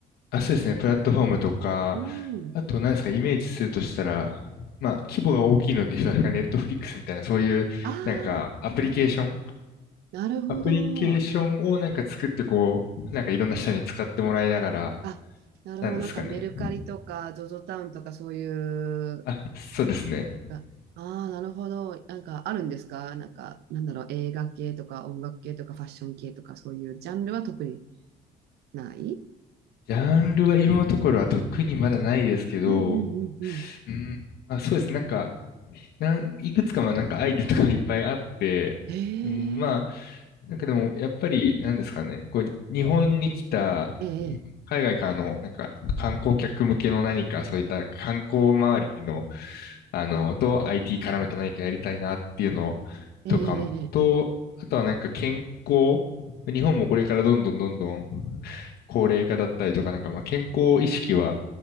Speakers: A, on the left; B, on the right.
A: あ、そうですね。プラットフォームとか、
B: うん。
A: あと何ですか、イメージするとしたら、まあ、規模が大きいので言うと、なんかネットフリックスみたいな、そういう、
B: あ
A: なんか、
B: あ、
A: アプリケーション
B: うんなるほど。
A: アプリケーションをなんか作って、こう、なんかいろんな人に使ってもらいながら、
B: あ、なるほど。
A: なんですかね。
B: なんかメルカリとか、ゾゾタウンとかそういう、
A: あ、そうですね。
B: ああー、なるほど。なんかあるんですかなんか、なんだろう、映画系とか音楽系とかファッション系とかそういうジャンルは特にない
A: ジャンルは今のところは特にまだないですけど、
B: うんうんうんうん。
A: うん、まあそうですね。なんか、なん、いくつかまあなんかアイデアとかいっぱいあって、
B: へえ、
A: うん、まあ、なんかでも、やっぱり、なんですかね、こう、日本に来た、
B: ええ、
A: 海外からの、なんか、観光客向けの何か、そういった観光周りの、あの、と IT 絡めた何かやりたいなっていうのとか、
B: ええ、ええ、
A: と、あとはなんか健康、日本もこれからどんどんどんどん高齢化だったりとか、なんかまあ健康意識は